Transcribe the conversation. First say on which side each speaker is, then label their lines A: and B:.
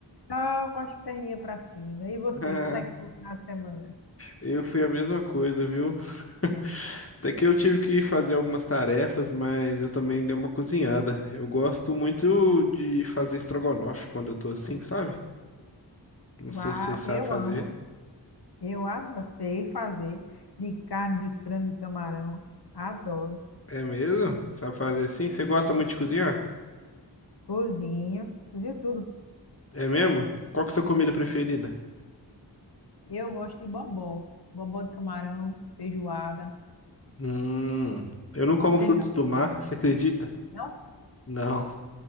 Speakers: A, on the left (about 60°); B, on the left (about 30°).
A: Só com as perninhas pra cima. E você,
B: Ah,
A: como é que foi o final de semana?
B: eu fui a mesma coisa, viu? <laughs> Até que eu tive que fazer algumas tarefas, mas eu também dei uma cozinhada. Eu gosto muito de fazer estrogonofe quando eu tô assim, sabe? Não
A: Uau,
B: sei se você sabe
A: eu
B: fazer.
A: amo. Eu adoro, sei fazer de carne, de frango, de camarão. Adoro.
B: É mesmo? Sabe fazer assim? Você gosta muito de cozinhar?
A: Cozinho, cozinho tudo.
B: É mesmo? Qual que é a sua comida preferida?
A: Eu gosto de bobó. Bobó de camarão, feijoada.
B: Hum, eu não como frutos
A: Você já...
B: do mar, você acredita?
A: Não?
B: Não.